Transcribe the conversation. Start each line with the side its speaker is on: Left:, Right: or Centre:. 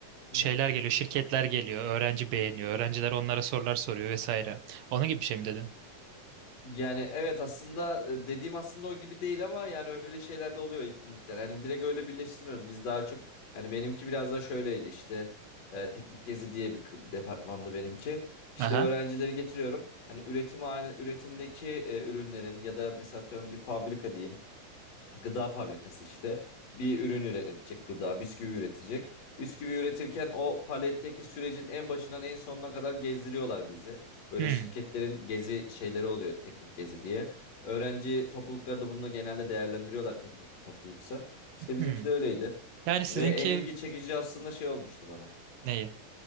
Left: <laughs>
Right: şeyler geliyor, şirketler geliyor, öğrenci beğeniyor, öğrenciler onlara sorular soruyor vesaire. Onun gibi bir şey mi dedin?
Left: Yani evet aslında e, dediğim aslında o gibi değil ama yani öyle şeyler de oluyor etkinlikler. Hani direkt öyle birleştirmiyoruz. Biz daha çok hani benimki biraz daha şöyleydi işte e, teknik gezi diye bir kı- departmandı benimki. İşte
Right: Aha.
Left: öğrencileri getiriyorum. Hani üretim hali- üretimdeki e, ürünlerin ya da mesela atıyorum bir fabrika diyeyim gıda fabrikası işte bir ürün üretecek gıda bisküvi üretecek bisküvi üretirken o paletteki sürecin en başından en sonuna kadar gezdiriyorlar bizi böyle
Right: Hmm.
Left: şirketlerin gezi şeyleri oluyor teknik gezi diye öğrenci toplulukları da bununla genelde değerlendiriyorlar teknik bir topluluksa işte bizimki
Right: Hmm.
Left: de öyleydi
Right: Yani sizinki
Left: ve en ilgi çekici aslında şey olmuştu bana
Right: neyi?